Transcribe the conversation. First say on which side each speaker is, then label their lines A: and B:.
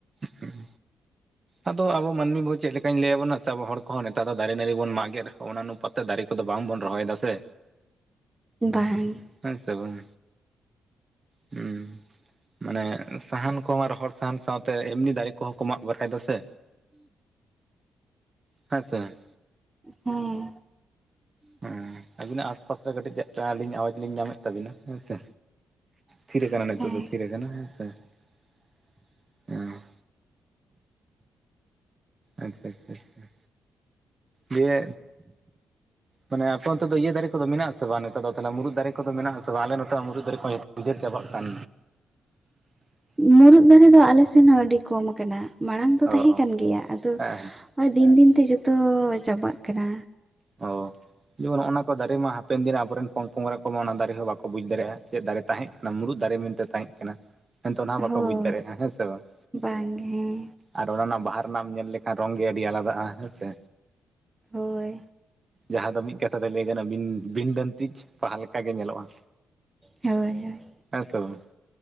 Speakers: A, on the right (about 35°); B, on the right (about 15°).
A: ᱦᱩᱸ ᱟᱫᱚ ᱟᱵᱚ ᱢᱟᱹᱱᱢᱤ ᱵᱩ ᱪᱮᱫ ᱞᱮᱠᱟᱧ ᱞᱟᱹᱭ ᱟᱵᱚᱱᱟ ᱥᱮ ᱟᱵᱚ ᱦᱚᱲ ᱠᱚᱦᱚᱸ ᱱᱮᱛᱟᱨ ᱫᱚ ᱫᱟᱨᱮ ᱱᱟ. ᱲᱤ ᱵᱚᱱ ᱢᱟᱜᱮᱫᱦᱚᱸ ᱚᱱᱟ ᱱᱩ ᱯᱟ ᱫᱟᱨᱮ ᱠᱚᱫᱚ ᱵᱟᱝ ᱵᱚᱱ ᱨᱚᱦᱚᱭ ᱫᱟ ᱥᱮ
B: ᱵᱟᱝ
A: ᱦᱮᱸ ᱥᱮ ᱵᱟᱝ ᱦᱚᱸ ᱢᱟᱱᱮ ᱥᱟᱦᱟᱱ ᱠᱚᱢᱟ ᱨᱚᱦᱚᱲ ᱥᱟᱦᱟᱱ ᱥᱟᱶᱛᱮ ᱮᱢᱱᱤ ᱫᱟᱨᱮ ᱠᱚᱦᱚᱸ ᱠᱚ ᱢᱟᱜ ᱵᱟᱲᱟᱭᱮᱫᱟ ᱥᱮ ᱦᱮᱸ ᱥᱮ <unintelligible>
B: ᱦᱮᱸ
A: ᱦᱮᱸ ᱟᱹᱵᱤᱱᱟᱜ ᱟᱥᱯᱟᱥ ᱨᱮ ᱠᱟᱹᱴᱤᱡ ᱪᱮᱫ ᱪᱚ ᱟᱹᱞᱤᱧ ᱟᱣᱟᱡ ᱞᱤᱧ ᱧᱟᱢᱮᱫ ᱛᱟᱵᱤᱱᱟ ᱦᱮᱸᱥᱮ ᱛᱷᱤᱨ ᱠᱟᱱᱟ ᱱᱤᱛᱚᱜ
B: ᱦᱮᱸ
A: ᱫᱚ ᱛᱷᱤᱨ ᱠᱟᱱᱟ ᱦᱮᱸ <unintelligible> ᱚ ᱟᱪᱪᱷᱟ ᱟᱪᱪᱷᱟᱪᱷᱟ ᱫᱤᱭᱮ ᱢᱟᱱᱮ ᱟᱯᱮ ᱚᱱᱛᱮ ᱫᱚ ᱤᱭᱟᱹ ᱫᱟᱨᱮ ᱠᱚᱫᱚ ᱢᱮᱱᱟᱜᱼᱟ ᱥᱮ ᱵᱟᱝ ᱱᱮᱛᱟ ᱫᱚ ᱛᱟᱞᱮ ᱢᱩᱨᱩᱫ ᱫᱟᱨᱮ ᱠᱚ ᱫᱚ ᱢᱮᱱᱟᱜ ᱟᱥᱮ ᱵᱟᱝ ᱟᱞᱮ ᱱᱚᱛᱮ ᱢᱟ ᱢᱩᱨᱩᱫ ᱫᱟᱨᱮ ᱩᱡᱟᱹᱨ ᱪᱟᱵᱟᱜ ᱠᱟᱱ
B: ᱢᱩᱨᱩᱫ ᱫᱟᱨᱮ ᱫᱚ ᱟᱞᱮ ᱥᱮᱱ ᱦᱚᱸ ᱟᱹᱰᱤ ᱠᱚᱢ ᱠᱟᱱᱟ ᱢᱟᱲᱟᱝ ᱫᱚ
A: ᱚ
B: ᱛᱟᱦᱮᱸ
A: ᱚ
B: ᱠᱟᱱ ᱜᱮᱭᱟ ᱟᱫᱚ
A: ᱦᱮᱸ
B: ᱦᱳᱭ ᱫᱤᱱ ᱫᱤᱱ ᱛᱮ ᱡᱚᱛᱚ ᱪᱟᱵᱟᱼᱜ ᱠᱟᱱᱟ
A: ᱚ ᱡᱮᱢᱚ ᱱᱚᱭᱼᱚᱭ ᱱᱚᱣᱟ ᱠᱚ ᱫᱟᱨᱮ ᱢᱟ ᱦᱟᱯᱮᱱ ᱫᱤᱱ ᱨᱮᱱ ᱟᱵᱚᱨᱮᱱ ᱯᱚᱝ ᱯᱚᱝᱲᱟ ᱠᱚᱢᱟ ᱚᱱᱟ ᱫᱟᱨᱮ ᱦᱚᱸ ᱵᱟᱠᱚ ᱵᱩᱡᱽ ᱫᱟᱲᱮᱭᱟᱜᱼᱟ ᱪᱮᱫ ᱫᱟᱨᱮ ᱛᱟᱦᱮᱸᱫ ᱠᱟᱱᱟ ᱢᱩᱲᱩᱫ ᱫᱟᱨᱮ ᱢᱮᱱᱛᱮ ᱛᱟᱦᱮᱸ ᱠᱟᱱᱟ ᱢᱮᱱᱛᱮ ᱚᱱᱟ ᱦᱚᱸ ᱵᱟᱠᱚ
B: ᱦᱳᱭ
A: ᱵᱩᱡᱽ ᱫᱟᱲᱮᱭᱟᱜᱼᱟ ᱦᱮᱸ ᱥᱮ ᱵᱟᱝ
B: ᱵᱟᱝ ᱜᱮ ᱦᱮᱸ
A: ᱟᱨ ᱚᱱᱟ ᱨᱮᱱᱟᱜ ᱵᱟᱦᱟ ᱨᱮᱱᱟᱜ ᱮᱢ ᱧᱮᱞ ᱞᱮᱠᱷᱟᱱ ᱨᱚᱝ ᱜᱮ ᱟᱹᱰᱤ ᱟᱞᱟᱫᱟᱜᱼᱟ ᱦᱮᱸ ᱥᱮ
B: ᱦᱳᱭ
A: ᱡᱟᱦᱟᱸ ᱫᱚ ᱢᱤᱫ ᱠᱟᱛᱷᱟ ᱛᱮ ᱞᱟᱹᱭ ᱵᱤᱱ ᱵᱤᱱ ᱰᱟᱹᱱᱛᱤᱡ ᱯᱟᱦᱟ ᱞᱮᱠᱟᱜ ᱜᱮ ᱧᱮᱞᱚᱜᱼᱟ
B: ᱦᱳᱭ ᱦᱳᱭ
A: ᱟᱟᱥᱚ <unintelligible>